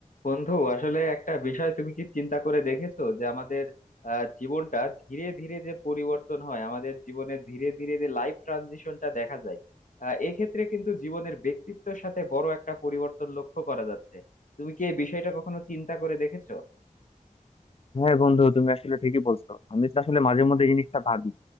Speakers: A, on the left (about 70°); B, on the left (about 45°).
A: বন্ধু আসলে একটা বিষয় তুমি কি চিন্তা করে দেখেছো যে আমাদের আহ, জীবনটা ধীরে ধীরে যে পরিবর্তন হয় আমাদের জীবনে ধীরে ধীরে যে লাইফ ট্রানজিশনটা দেখা যায় আহ, এক্ষেত্রে কিন্তু জীবনের ব্যক্তিত্বের সাথে বড় একটা পরিবর্তন লক্ষ্য করা যাচ্ছে তুমি কি এই বিষয়টা কখনো চিন্তা করে দেখেছো
B: হ্যাঁ বন্ধু তুমি আসলে ঠিকই বলছো আমি তো আসলে মাঝে মধ্যে এই জিনিসটা ভাবি